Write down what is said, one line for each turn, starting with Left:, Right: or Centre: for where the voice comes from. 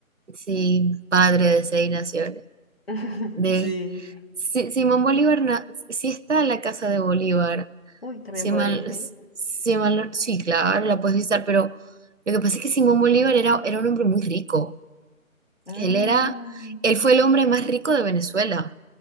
Right: sí, padre de seis naciones.
Left: <laughs>
Right: De,
Left: Sí.
Right: Si- Simón Bolívar, na- sí está la casa de Bolívar,
Left: Uy, también
Right: Si
Left: podré
Right: mal,
Left: ir ahí.
Right: si mal no- sí, claro, la puedes visitar, pero lo que pasa es que Simón Bolívar era, era un hombre muy rico.
Left: Mm,
Right: Él era, él fue el hombre más rico de Venezuela.